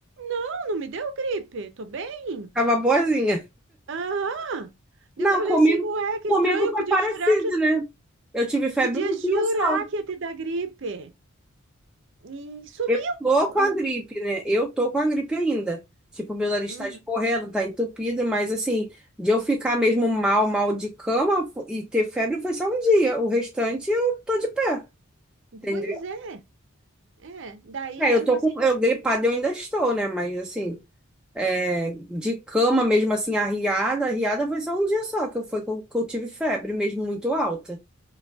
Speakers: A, on the right (about 60°); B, in the centre.
A: não, não me deu gripe, tô bem.
B: Tava boazinha.
A: Aham. Daí
B: Não,
A: Eu falei
B: comigo,
A: assim, ué, que
B: comigo
A: estranho, eu
B: foi
A: podia
B: parecido,
A: jurar que,
B: né? Eu tive febre
A: podia
B: um dia
A: jurar
B: só.
A: que ia te dar gripe. E sumiu.
B: Eu tô com
A: Ah,
B: a gripe, né? Eu tô com a gripe ainda. Tipo, meu nariz
A: uhum.
B: tá escorrendo, tá entupido, mas assim, de eu ficar mesmo mal, mal de cama fo- e ter febre foi só um dia. O restante eu tô de pé, entendeu?
A: Pois é, é. Daí,
B: É, eu
A: tipo
B: tô com.
A: assim,
B: Eu gripada eu ainda estou, né? Mas assim, é, de cama mesmo assim, arriada, arriada foi só um dia só que eu, foi, que eu, que eu tive febre mesmo muito alta.